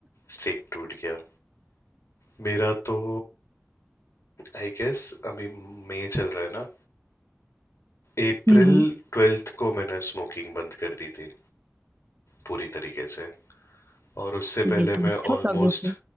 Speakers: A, on the left; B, on the right.
A: स्टिक टूट गया मेरा तो आई गेस अभी मई चल रहा है ना अप्रैल
B: हम्म
A: ट्वेल्थ को मैंने स्मोकिंग बंद कर दी थी पूरी तरीके से और उससे पहले
B: ये तो
A: मैं
B: अच्छा
A: ऑलमोस्ट
B: प्रोग्रेस है